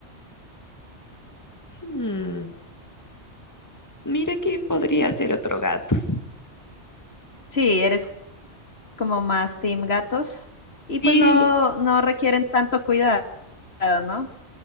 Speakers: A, on the left (about 15°); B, on the left (about 60°).
A: mm, mira que podría ser otro gato.
B: Sí, eres como más team gatos
A: Sí,
B: y pues no, no requieren tanto cuidado, ¿no?